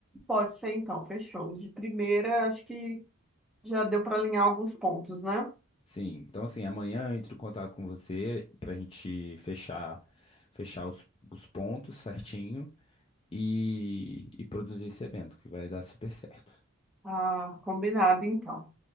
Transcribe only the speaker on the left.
Sim, então assim, amanhã eu entro em contato com você pra gente fechar fechar os, os pontos certinho e, e produzir esse evento que vai dar super certo,